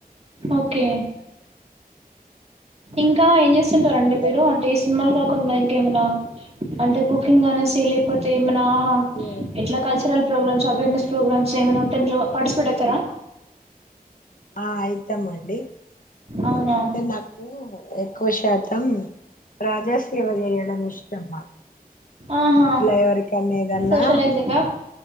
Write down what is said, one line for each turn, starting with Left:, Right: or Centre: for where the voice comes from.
Right: ఓకే
Left: అట్ల
Right: ఇంకా ఏం జేస్తుంటరండి
Left: మళ్ళీ
Right: మీరు అడేస్ సిన్మాలు కాకుండా ఇంకేమనా అంటే కుకింగ్ అని <unintelligible> తిమన ఆహా
Left: నాకు
Right: ఇట్లా కల్చరల్ ప్రోగ్రామ్స్ అవేర్నెస్ ప్రోగ్రామ్స్ ఏమనా ఉంటే అందులో పార్టిస్పేట్టావుతారా
Left: ఆ అయితమండి
Right: అవునా
Left: ఏందంటే నాక్ నాకూ ఎక్కువ శాతం ప్రజాసేవ జెయడం ఇష్టమ్ నాక్
Right: ఆహా
Left: ఇట్లే ఎవరికన్న ఎదన్నా
Right: సోషలైజింగా